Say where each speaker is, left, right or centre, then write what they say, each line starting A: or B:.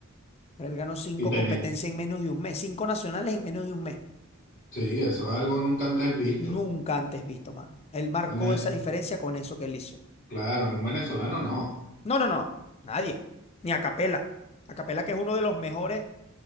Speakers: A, on the left; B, on the left.
A: él ganó cinco
B: Y tenía.
A: competencias en menos de un mes, cinco nacionales en menos de un mes.
B: Sí, eso es algo nunca antes visto.
A: Nunca antes visto, mano. Él marcó
B: En el-
A: esa diferencia con eso que él hizo.
B: claro, en un venezolano no.
A: No, no, no, nadie, ni a Capela. que es uno de los mejores